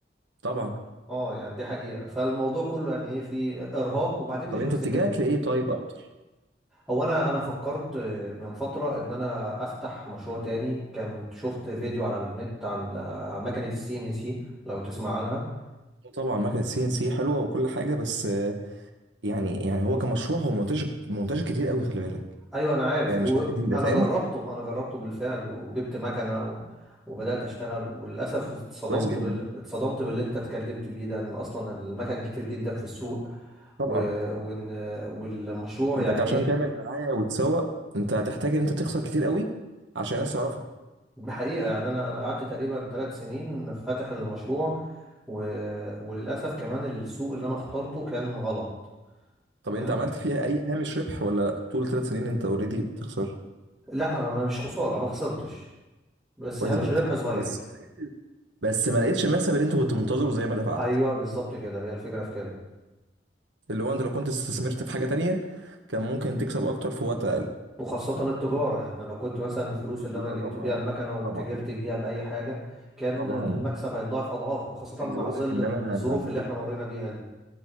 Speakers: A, on the right; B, in the centre.
A: طبعا
B: اه يعني دي حقيقه فالموضوع كله يعني ايه في ارهاق وبعدين مش
A: طب انت
B: بس
A: اتجهت
B: كده
A: لايه طيب افضل
B: هو انا انا فكرت من فتره ان انا افتح مشروع تاني كان شفت فيديو على النت عن عن مكنه السي ان سي لو تسمع عنها
A: طبعا مكنه سي ان سي حلوه وكل حاجه بس آه، يعني يعني هو كمشروع هو منتشر منتشر كتير قوي خلي بالك
B: ايوه انا عارف
A: يعني
B: وانا
A: مش حاجه جديده فاهم
B: جربته انا جربته بالفعل وجبت مكنه و... وبدات اشتغل وللاسف اتصدمت
A: كويس جدا
B: بال... اتصدمت باللي انت اتكلمت بيه ده ان اصلا المكن كتير جدا في السوق
A: طبعا
B: و... وان والمشروع
A: انت
B: يعني
A: عشان
B: ايه
A: تعمل دعايه وتسوق انت هتحتاج ان انت تخسر كتير قوي عشان الناس تعرفك
B: دي حقيقة يعني أنا أنا قعدت تقريبا ثلاث سنين فاتح المشروع و... وللأسف كمان السوق اللي أنا اخترته كان غلط
A: طب
B: يعني
A: انت عملت فيها اي هامش ربح ولا طول ثلاث سنين انت اوريدي بتخسر
B: لا أنا مش خسارة ما خسرتش بس
A: كويس
B: هامش
A: جدا
B: الربح صغير
A: بس ما لقيتش- بس ما لقيتش المكسب اللي انت كنت منتظره زي ما دفعت
B: أيوه بالظبط كده هي الفكرة في كده
A: اللي هو انت لو كنت استثمرت في حاجه تانية كان ممكن تكسب اكتر في وقت اقل
B: وخاصة التجارة يعني لو كنت مثلا الفلوس اللي
A: تجارة
B: أنا جبت
A: طبعا
B: بيها المكنة وتاجرت
A: طبعا
B: فيها بأي حاجة كان
A: طبعا
B: المكسب هيتضاعف أضعاف وخاصة
A: عايز
B: مع
A: اقول
B: ظل
A: لك ان انا
B: الظروف اللي احنا مرينا بيها دي